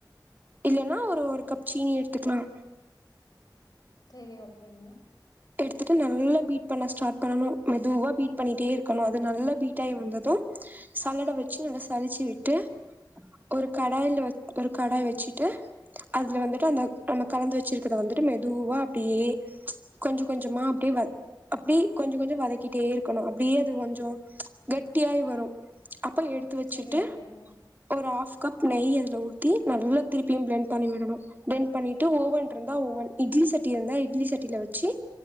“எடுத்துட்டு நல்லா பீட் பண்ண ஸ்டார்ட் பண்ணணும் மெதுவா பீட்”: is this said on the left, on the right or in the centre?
Right